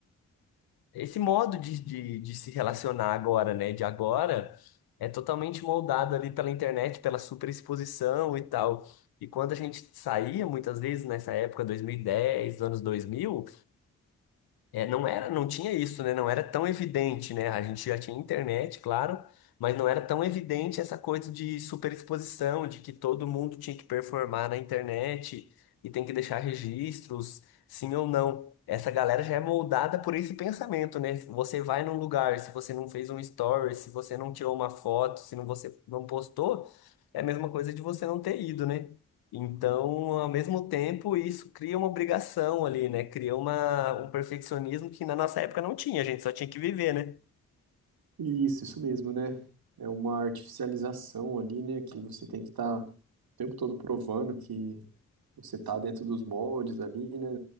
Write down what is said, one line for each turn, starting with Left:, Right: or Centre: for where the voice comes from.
Left: Esse modo de, de, de se relacionar agora, né, de agora, é totalmente moldado ali pela internet, pela superexposição e tal. E quando a gente saía, muitas vezes, nessa época, 2010, anos 2000 é, não era, não tinha isso, né? Não era tão evidente, né? A gente já tinha internet, claro, mas não era tão evidente essa coisa de superexposição, de que todo mundo tinha que performar na internet e tem que deixar registros, sim ou não. Essa galera já é moldada por esse pensamento, né? Você vai num lugar, se você não fez um story, se você não tirou uma foto, se não, você não postou, é a mesma coisa de você não ter ido, né? Então, ao mesmo tempo, isso cria uma obrigação ali, né? Cria uma, um perfeccionismo que na nossa época não tinha, a gente só tinha que viver, né?
Right: Isso, isso mesmo, né? É uma artificialização ali, né? Que você tem que estar o tempo todo provando que você está dentro dos moldes ali, né?